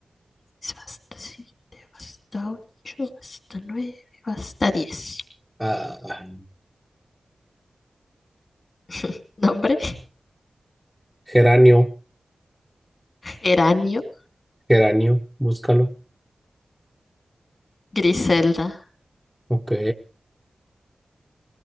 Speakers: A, on the left; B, in the centre.
A: seis, basta siete, basta ocho, basta nueve, basta diez.
B: Ah,
A: <laughs> Nombre,
B: geranio,
A: Geranio,
B: geranio. Búscalo.
A: Griselda,
B: Ok.